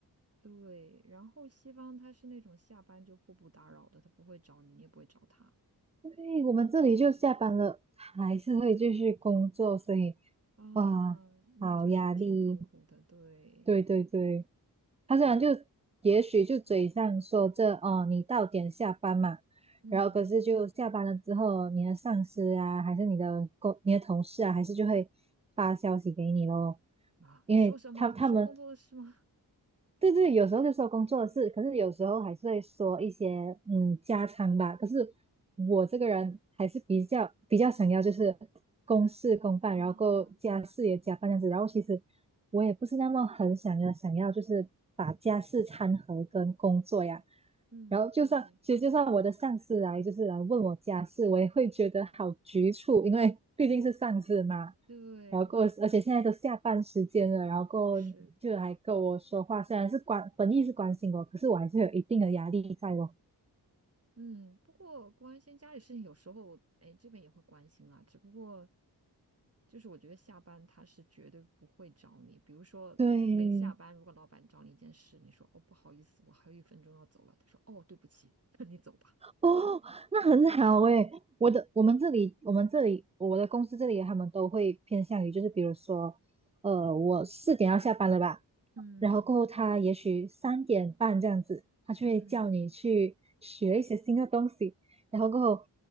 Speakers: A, on the right; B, on the right.
A: 对，然后西方他是那种下班就互不打扰的，他不会找你，你也不会找他
B: 对，我们这里就下班了，还是会继续工作，所以
A: 啊，
B: 哇，
A: 那就是挺痛苦的。
B: 好压力。
A: 对
B: 对对对，他虽然就
A: 对，
B: 也许就嘴上说这哦，你到点下班嘛，
A: 嗯
B: 然后可是就下班了之后，你的上司啊，还是你的工、你的同事啊，还是就会发消息给你咯。
A: 啊，
B: 因为他他们
A: 说什么？说工作的事吗？
B: 对对，有时候就说工作的事，可是有时候还是会说一些嗯家常吧。可是我这个人还是比较比较想要就是公事公办，
A: 啊，
B: 然后够家事也加班这样子。然后其实我也不是那么很想要想要就是把家事掺和跟工作呀。
A: 嗯，
B: 然后就算其实就算我的上司来就是来问我家事，
A: 对
B: 我也会觉得好局促，因为毕竟是上司嘛。
A: 对，
B: 然后够，而且现在都下班时间了，然后够就还跟我说话，
A: 是。
B: 虽然是关本意是关心我，可是我还是有一定的压力在哦。
A: 嗯，不过关心家里事情有时候，哎，这边也会关心啦。只不过，就是我觉得下班他是绝对不会找你。比如说临下班，
B: 对，
A: 如果老板找你一件事，你说哦不好意思，我还有一分钟要走了，他说哦对不起，<laughs> 那你走吧。
B: 哦，那很好诶。我的我们这里我们这里我的公司这里他们都会偏向于就是比如说，呃，我四点要下班了吧，
A: 嗯
B: 然后过后他也许三点半这样子，他就会叫你去学一些新的东西，
A: 嗯
B: 然后过后